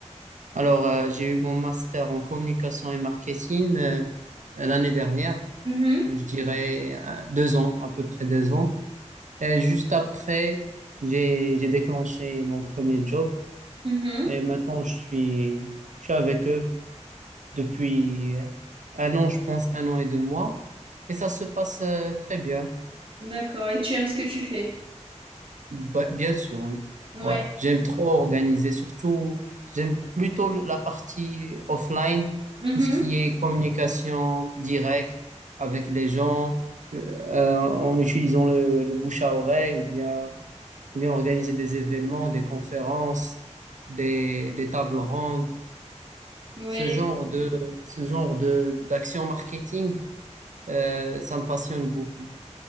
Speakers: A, on the right; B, on the right.
A: Alors, euh, j'ai eu mon master en communication et marketing euh, euh, l'année dernière,
B: Mhm,
A: je dirais euh, deux ans, à peu près deux ans. Et juste après, j'ai j'ai déclenché mon premier job.
B: mhm.
A: Et maintenant, je suis, je suis avec eux depuis un an, je pense, un an et deux mois. Et ça se passe euh, très bien.
B: D'accord. Et tu aimes ce que tu fais?
A: Ba- bien sûr, oui.
B: Ouais.
A: Ouais. J'aime trop organiser. Surtout, j'aime plutôt le- la partie offline,
B: Mhm.
A: tout ce qui est communication directe avec les gens, le- euh, en utilisant le, le bouche à oreille ou bien, ou bien organiser des événements, des conférences, des, des tables rondes.
B: Oui,
A: Ce genre de, ce genre de, d'action marketing, euh, ça me passionne beaucoup.